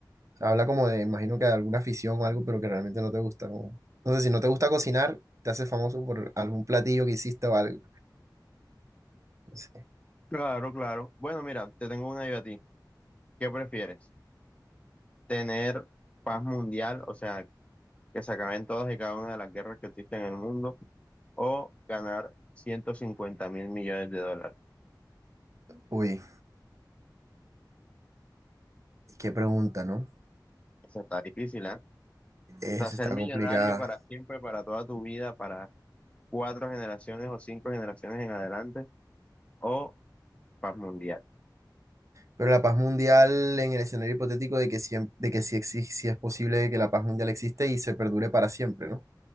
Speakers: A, on the right; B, on the left.
A: O sea, habla como de, imagino que de alguna afición o algo, pero que realmente no te gusta. como- No sé, si no te gusta cocinar, te haces famoso por algún platillo que hiciste o algo. No sé.
B: Claro, claro. Bueno, mira, te tengo una yo a ti. ¿Qué prefieres? ¿Tener paz mundial? O sea, que se acaben todas y cada una de las guerras que existen en el mundo, o ganar ciento cincuenta mil millones de dólares.
A: Uy, qué pregunta, ¿no?
B: Eso está difícil, ¿eh?
A: Esa
B: O sea, ser
A: está
B: millonario
A: complicada.
B: para siempre, para toda tu vida, para cuatro generaciones o cinco generaciones en adelante, o paz mundial.
A: Pero la paz mundial en el escenario hipotético de que, siem- de que sí, exi- sí es posible que la paz mundial existe y se perdure para siempre, ¿no?